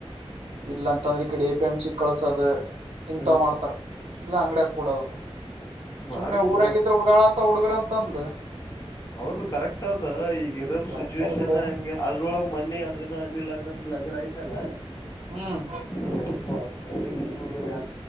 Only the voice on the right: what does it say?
ಇಲ್ಲ ಅಂತಂದ್ರೆ ಈ ಕಡೆ ಎ ಪಿ ಎಂ ಸಿಿ ಕಳಸದ ಇಂಥ್
ಮಾಡ್ತಾರ ಇಲ್ಲ ಅಂಗಡೆ ಪೂಡೋದು
ಸುಮ್ನೆ ಊರಾಗಿದ್ರೆ ಉಓಡಾಡತ ಹುಡ್ಗ್ರ ಅಂತಂದ
ಕರೆಕ್ಟ್
ಅದ ಬಿಡು
ಹ್ಮ್